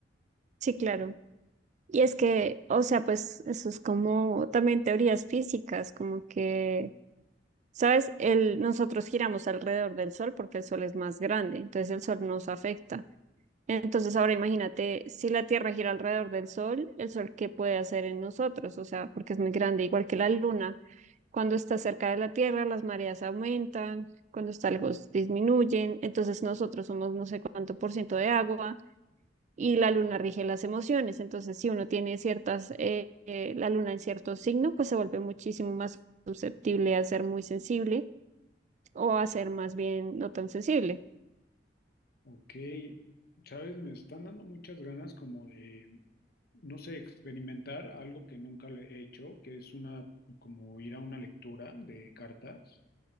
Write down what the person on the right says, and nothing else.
Sí, claro. Y es que, o sea, pues eso es como también teorías físicas, como que, ¿sabes? El, nosotros giramos alrededor del Sol porque el Sol es más grande, entonces el Sol nos afecta. Entonces ahora imagínate, si la Tierra gira alrededor del Sol, el Sol, ¿qué puede hacer en nosotros? O sea, porque es muy grande, igual que la Luna. Cuando está cerca de la Tierra, las mareas aumentan, cuando está lejos disminuyen, entonces nosotros somos no sé cuánto por ciento de agua y la luna rige las emociones, entonces si uno tiene ciertas, eh, eh, la luna en cierto signo, pues se vuelve muchísimo más susceptible a ser muy sensible o a ser más bien no tan sensible.